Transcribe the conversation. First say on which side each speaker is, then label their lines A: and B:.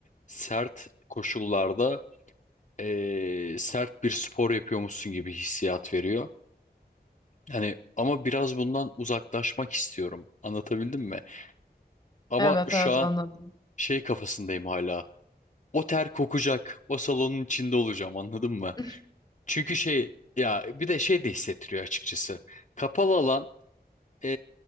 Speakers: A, on the left; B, on the left.
A: sert koşullarda eee, sert bir spor yapıyormuşsun gibi hissiyat veriyor. Hani ama biraz bundan uzaklaşmak istiyorum. Anlatabildim mi? Ama
B: Evet
A: şu
B: evet
A: an
B: anladım.
A: şey kafasındayım hala. O ter kokacak. O salonun içinde olacağım anladın mı?
B: <laughs>
A: Çünkü şey ya bir de şey de hissettiriyor açıkçası. Kapalı alan ee,